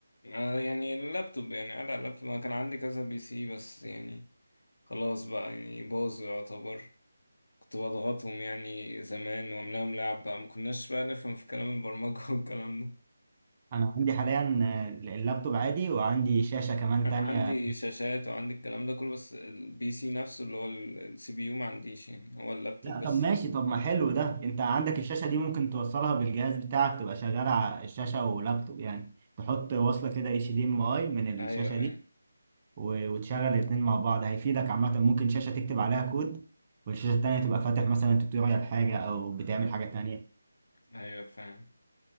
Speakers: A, on the left (about 70°); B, on the right (about 30°).
A: آه، يعني اللابتوب يعني قاعد على اللابتوب انا كان عندي كذا بي سي بس يعني خلاص بقى يعني باظوا يعتبر كنت بضغطهم يعني زمان واملاهم لعب بقى ما كناش بقى نفهم في كلام البرمجة <laughs> والكلام ده
B: أنا عندي حاليا آه، اللابتوب عادي وعندي شاشة كمان
A: انا
B: تانية
A: عندي شاشات وعندي الكلام ده كله بس البي سي نفسه اللي هو السي بي يو ما عنديش يعني هو اللابتوب
B: لا
A: بس
B: طب ماشي طب ما حلو ده انت عندك الشاشة دي ممكن توصلها بالجهاز بتاعك تبقى شغالة على الشاشة ولابتوب يعني تحط وصلة كده اتش دي ام اي من
A: ايوه
B: الشاشة
A: ايوه
B: دي و- وتشغل الاتنين مع بعض هيفيدك عامة ممكن شاشة تكتب عليها كود والشاشة التانية تبقى فاتح مثلا توتوريال حاجة او بتعمل حاجة تانية
A: ايوه فاهم